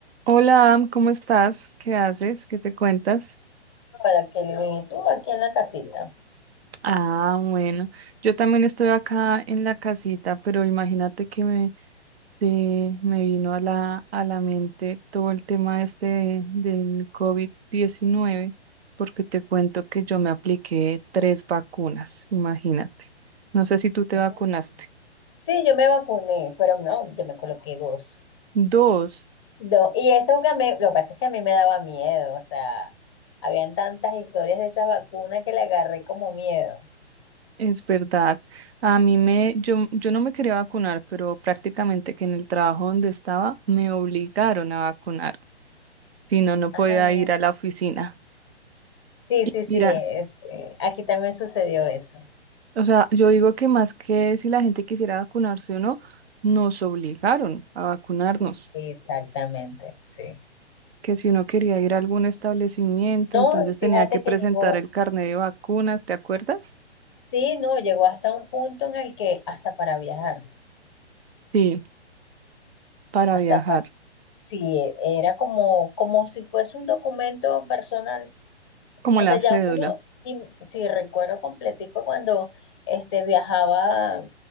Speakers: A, on the right (about 65°); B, on the left (about 25°).
A: Hola, Am, ¿cómo estás? ¿Qué haces? ¿Qué te cuentas?
B: Hola, Kelvin, ¿y tú aquí en la casita?
A: Ah, bueno, yo también estoy acá en la casita, pero imagínate que me, te- me vino a la, a la mente todo el tema este de- del COVID-19, porque te cuento que yo me apliqué tres vacunas, imagínate. No sé si tú te
B: Ujú.
A: vacunaste.
B: Sí, yo me vacuné, pero no, yo me coloqué dos.
A: Dos,
B: Dos. Y eso que a mí, lo que pasa es que a mí me daba miedo, o sea, habían tantas historias de esa vacuna que le agarré como miedo.
A: Es verdad. A mí me, yo, yo no me quería vacunar, pero prácticamente que en el trabajo donde estaba me obligaron a vacunar, si no, no podía
B: Ah,
A: ir a la oficina.
B: sí,
A: Y
B: sí, sí,
A: mira,
B: este, aquí también sucedió eso.
A: o sea, yo digo que más que si la gente quisiera vacunarse o no, nos obligaron a vacunarnos,
B: Exactamente, sí.
A: que si uno quería ir a algún establecimiento,
B: No,
A: entonces tenía
B: fíjate
A: que presentar
B: que llegó,
A: el carnet de vacunas, ¿te acuerdas?
B: sí, no, llegó hasta un punto en el que hasta para viajar,
A: Sí, para
B: hasta
A: viajar,
B: para, sí, era como, como si fuese un documento personal
A: como
B: O
A: la
B: sea, ya
A: cédula.
B: uno, y si recuerdo completico cuando este, viajaba